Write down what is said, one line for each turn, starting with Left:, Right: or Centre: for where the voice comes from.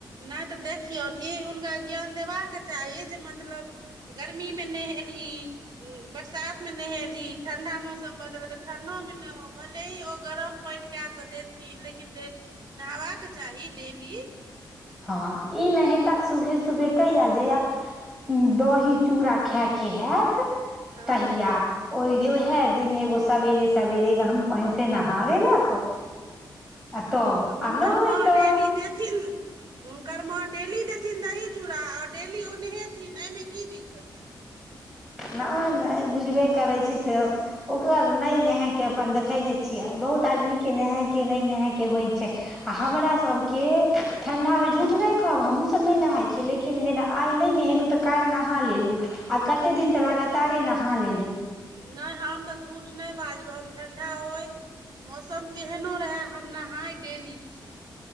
Right: नय तऽ देखियौ ई हुनका ज्ञान देबाक चाही जे मतलब गर्मी में नेहेलही बरसात मे नहेलही ठंडा मौसम बदल तऽ ठंडोमे न हो भले ही ओ गरम पाईन कए कऽ देथिन लेकिन दे नहबाक चाही डेली
Centre: हँ ई नहेता सुभे सुबे कहिया जहिया दही चूड़ा खायके हेत
Right: हँ
Centre: तहिया ओय रे ओहै दिन एगो सवेरे सवेरे गरम पाईन से नहा लेलक आ तब
Right: तऽ हुनकर
Centre: आ नहि
Right: माँ
Centre: तऽ
Right: डेली देथिन हुनकर माँ डेली देथिन दही चूड़ा और डेली ओ नहेथिन एहिमे की दिक्कत छै
Centre: नय नय बुझबे करै छी तऽ ओकरा नय नहा के अपन देख खै ने छियै बहुत आदमीके नहायके नहि नहायके होइ छै आ हमरा सब के ठंडा मे झूठ नहि कहब हमहूँ सब नहि नहाय छियै लेकिन किन जेना आइ नय नहेलु तऽ काल्हि नहा लेलु आ कते दिन तऽ लगातारे नहा लेलु
Right: नय हम तऽ झूठ नय बाजब हम ठंडा होइ मौसम केहनो रहै हम नहाय डेली छी